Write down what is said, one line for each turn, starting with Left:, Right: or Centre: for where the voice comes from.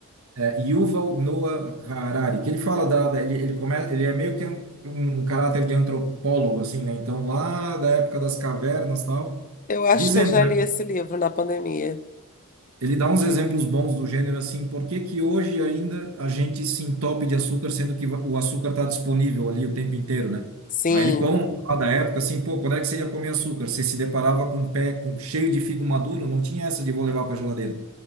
Right: É, Yuval Noah Harari, que ele fala da, da- ele, ele começa, ele é meio que um, um caráter de antropólogo assim, né? Então lá da época das cavernas, tal,
Left: Eu acho
Right: dizendo.
Left: que eu já li esse livro na pandemia.
Right: Ele dá uns exemplos bons do gênero assim, por que que hoje ainda a gente se entope de açúcar, sendo que va- o açúcar está disponível ali o tempo inteiro, né?
Left: Sim.
Right: Aí ele Sim. conta lá da época assim, pô, quando é que você ia comer açúcar? Você se deparava com um pé com, cheio de figo maduro, não tinha essa de vou levar para geladeira,